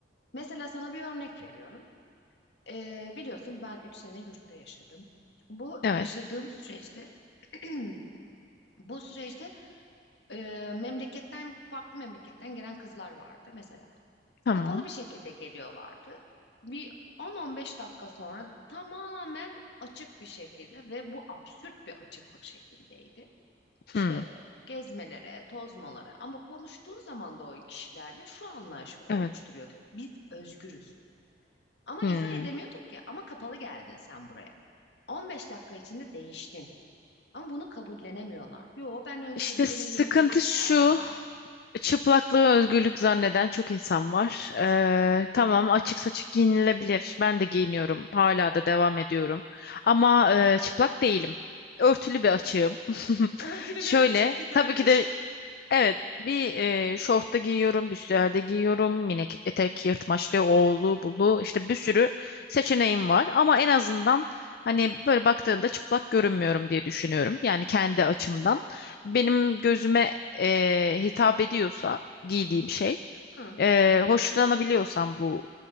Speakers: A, on the left; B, on the left.
A: Mesela sana bir örnek veriyorum. E, biliyorsun ben 3 sene yurtta yaşadım. Bu
B: Evet.
A: yaşadığım süreçte <clears throat> Bu süreçte e, memleketten farklı memleketten gelen kızlar vardı mesela.
B: Tamam.
A: Kapalı bir şekilde geliyorlardı. Bir 10-15 dakika sonra tamamen açık bir şekilde ve bu absürt bir açıklık şekildeydi. İşte
B: Hı.
A: gezmelere, tozmalara ama konuştuğu zaman da o kişilerle şu anlayış oluşturuyorduk.
B: Evet.
A: Biz özgürüz. Ama
B: Hı.
A: izah edemiyorduk ki ama kapalı geldin sen buraya. 15 dakika içinde değiştin. Ama bunu kabullenemiyorlar. Yo ben özgürüm,
B: İşte sıkıntı
A: benim özgürlük
B: şu.
A: ifadem var.
B: Çıplaklığı özgürlük zanneden çok insan var.
A: Evet.
B: Ee, tamam açık saçık giyinilebilir. Ben de giyiniyorum. Hala da devam ediyorum. Ama e, çıplak değilim. Örtülü bir açığım. <laughs>
A: <laughs> Öldürmeyen
B: Şöyle
A: çok güzelmiş.
B: tabii ki de Evet, bir e, şortta giyiyorum, bir süerde giyiyorum, minik etek, yırtmaçlı, oğlu, bulu, işte bir sürü seçeneğim var. Ama en azından hani böyle baktığında çıplak görünmüyorum diye düşünüyorum. Yani kendi açımdan. Benim gözüme e, hitap ediyorsa giydiğim şey,
A: Hı,
B: e, hoşlanabiliyorsam bu